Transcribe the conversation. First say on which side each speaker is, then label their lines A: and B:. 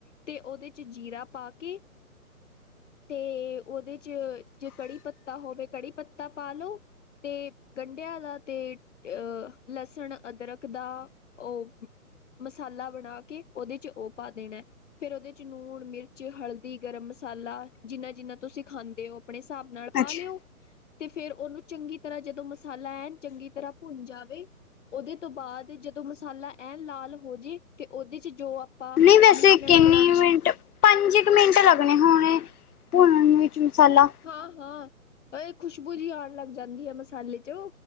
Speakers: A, on the left (about 55°); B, on the left (about 75°).
A: ਤੇ ਉਹਦੇ ਚ ਜੀਰਾ ਪਾ ਕੇ ਤੇ ਉਹਦੇ ਚ ਜੇ ਕੜੀ ਪੱਤਾ ਹੋਵੇ ਕੜੀ ਪੱਤਾ ਪਾ ਲੋ। ਤੇ ਗੰਢਿਆਂ ਦਾ ਤੇ ਅਹ ਲਸਣ ਅਦਰਕ ਦਾ ਓ ਮਸਾਲਾ ਬਣਾ ਕੇ ਉਹਦੇ ਚ ਉਹ ਪਾ ਦੇਣਾ ਫੇਰ ਉਹਦੇ ਚ ਲੂਣ, ਮਿਰਚ ਹਲਦੀ, ਗਰਮ ਮਸਾਲਾ ਜਿੰਨਾ-ਜਿੰਨਾ ਤੁਸੀਂ ਖਾਂਦੇ ਹੋ ਆਪਣੇ ਹਿਸਾਬ ਨਾਲ ਪਾ
B: ਅੱਛਾ
A: ਲਿਓ। ਤੇ ਫੇਰ ਉਹਨੂੰ ਚੰਗੀ ਤਰ੍ਹਾਂ ਜਦੋਂ ਮਸਾਲਾ ਐਨ ਚੰਗੀ ਤਰ੍ਹਾਂ ਭੁੰਨ ਜਾਵੇ। ਉਹਦੇ ਤੋਂ ਬਾਅਦ ਜਦੋਂ ਮਸਾਲਾ ਐਨ ਲਾਲ ਹੋ ਜੇ ਤੇ ਉਹਦੇ ਚ ਜੋ ਆਪਾਂ
B: ਨਹੀਂ ਵੈਸੇ
A: ਮਿਸ਼ਰਣ
B: ਕਿੰਨੀ
A: ਬਣਾ
B: ਮਿੰਟ ਪੰਜ ਕੁ ਮਿੰਟ ਲੱਗਣੇ ਹੋਣੇ। ਵਿੱਚ ਮਸਾਲਾ
A: ਹਾਂ-ਹਾਂ ਇਹ ਖੁਸ਼ਬੂ ਜਿ ਆਉਣ ਲੱਗ ਜਾਂਦੀ ਹੈ। ਮਸਾਲੇ ਚ?